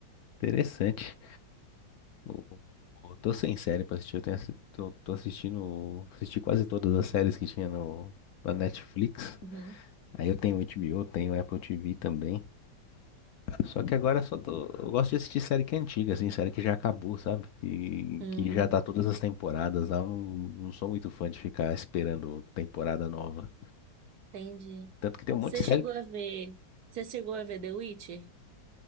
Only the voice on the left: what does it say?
Interessante. Eu, eu tô sem série pra assistir. Eu tenho, assi- tô, tô assistindo. Assisti quase todas as séries que tinha no, na Netflix.
Aí eu tenho HBO, tenho Apple TV também. Só que agora só tô. Eu gosto de assistir série que é antiga, assim, série que já acabou, sabe? Que,
que já tá todas as temporadas lá. Eu não, não sou muito fã de ficar esperando temporada nova.
Tanto que tem um monte
de
série.